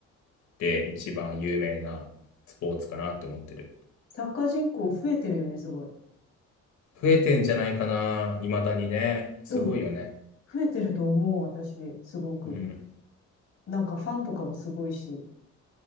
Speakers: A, on the left; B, on the left.
A: で一番有名なスポーツかなって思ってる。
B: サッカー人口増えてるよね、すごい。
A: 増えてんじゃないかな、未だにね。すごいよね。
B: うん。増えてると思う、私、すごく。
A: うん、
B: なんかファンとかもすごいし。